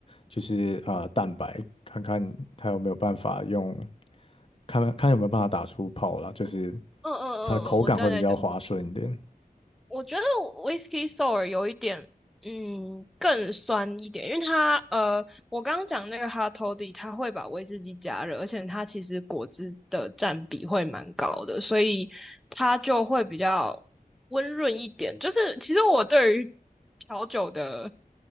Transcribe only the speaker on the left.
就是啊、呃蛋白，看看它有没有办法用，看看有没有办法打出泡啦，就是
它的口感会比较滑顺一点。